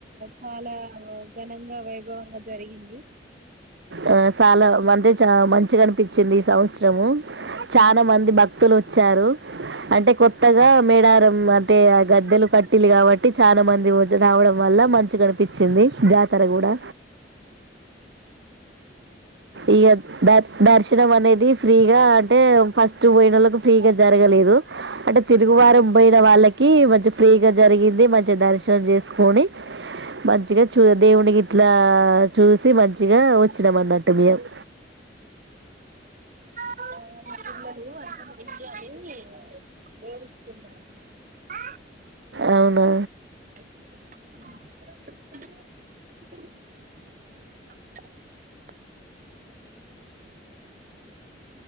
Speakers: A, on the right; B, on the right.
A: చాలా ఘనంగా వైభవంగా జరిగింది
B: అ సాల వంద చ మన్ మంచిగా అనిపించింది ఈ సంవత్సరము చాలా మంది బక్ తులు వచ్చారు అంటే కొ కొత్తగా మేడారం అంటే ఆ గద్దెలు కట్టిలు కాబట్టి <unintelligible> రావడం వల్ల మంచి కనిపించింది జాతర కూడా ఇగ ద దర్శనం అనేది ఫ్రీగా అంటే ఫస్ట్ పోయిన పోయినోలకు ఫ్రీగా జరగలేదు అంటే తిరుగువారం పోయిన వాళ్ళకి మంచి ఫ్రీగా జరిగింది మంచి మంచి దర్శనం చేసుకొని మంచిగా చూ దేవుడినికి ఇట్లా చూసి మంచిగా వచ్చినాం అన్నట్టు మియామ్
A: అ మా పిల్లలు అందరు <unintelligible> ఏడుస్తున్నారు
B: అవునా
A: అ అ